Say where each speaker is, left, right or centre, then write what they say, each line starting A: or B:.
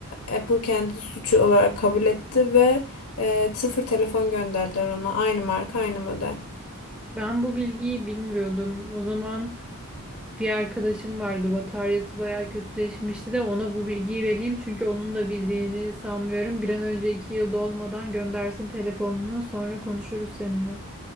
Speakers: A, on the left (about 75°); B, in the centre.
A: Apple kendi suçu olarak kabul etti ve e, sıfır telefon gönderdiler ona. Aynı marka, aynı model.
B: Ben bu bilgiyi bilmiyordum. O zaman bir arkadaşım vardı. Bataryası bayağı kötüleşmişti de ona bu bilgiyi vereyim. Çünkü onun da bildiğini sanmıyorum. Bir an önce iki yıl dolmadan göndersin telefonunu. Sonra konuşuruz seninle.